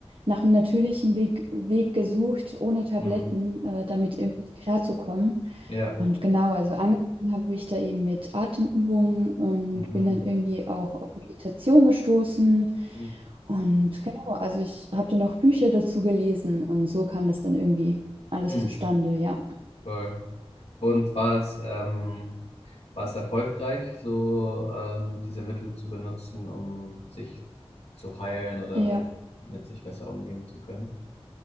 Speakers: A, on the right; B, on the left.
A: nach einem natürlichen Weg, Weg gesucht, ohne Tabletten,
B: mhm,
A: äh, damit irgendwie klarzukommen.
B: ja.
A: Und genau, also angefangen habe ich da eben mit Atemübungen und
B: Mhm.
A: bin dann irgendwie auch auf Meditation gestoßen.
B: Mhm.
A: Und genau, also ich habe dann auch Bücher dazu gelesen und so kam das dann irgendwie alles
B: Mhm.
A: zustande, ja.
B: Voll. Und war es, ähm, war es erfolgreich, so ähm, diese Mittel zu benutzen, um sich zu heilen oder
A: Ja,
B: halt mit sich besser umgehen zu können?